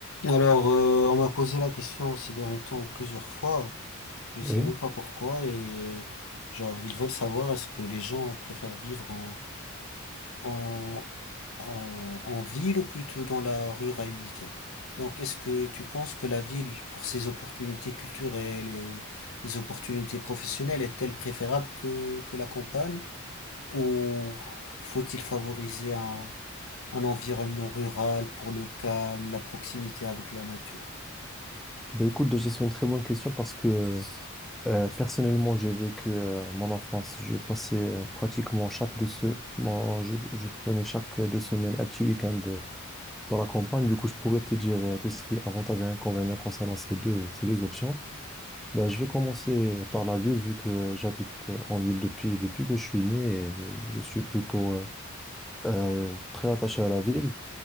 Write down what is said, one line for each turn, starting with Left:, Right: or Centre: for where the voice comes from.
Left: Alors, euh, on m'a posé la question ces derniers temps plusieurs fois. Je sais
Centre: Oui.
Left: même pas pourquoi et genre ils veulent savoir est-ce que les gens préfèrent vivre en en en, en ville ou plutôt dans la ruralité. Donc est-ce que tu penses que la ville pour ses opportunités culturelles et les opportunités professionnelles est-elle préférable que que la campagne ou faut-il favoriser un un environnement rural pour le calme, la proximité avec la nature?
Centre: Ben écoute, déjà, c'est une très bonne question parce que euh, euh, personnellement, j'ai vécu euh, mon enfance. Je passais euh, pratiquement chaque deux se... moi, je, je prenais chaque deux semaines un petit week-end euh, dans la campagne. Du coup, je pourrais te dire euh, tout ce qui est avantages et inconvénients concernant ces deux, ces deux options. Ben, je vais commencer par la ville, vu que j'habite euh, en ville depuis, depuis que je suis né et je suis plutôt euh, euh, très attaché à la ville.